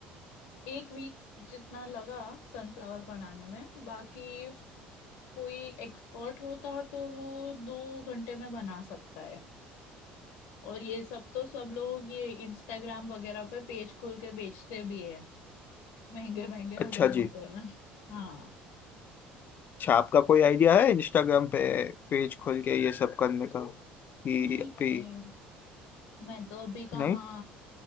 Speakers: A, on the left; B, on the left.
A: एक वीक जितना लगा सनफ्लावर बनाने में बाकी कोई एक्सपर्ट होता तो वो दो घंटे में बना सकता है और ये सब तो सब लोग ये इंस्टाग्राम वगैरह पे पेज खोल के बेचते भी है महंगे महंगे हजार
B: अच्छा
A: रुपए
B: जी
A: में हाँ
B: अच्छा आपका कोई आइडिया है इंस्टाग्राम पे पेज खोल के ये सब करने का कि
A: नहीं
B: अभी
A: नहीं मैं तो अभी कहाँ
B: नहीं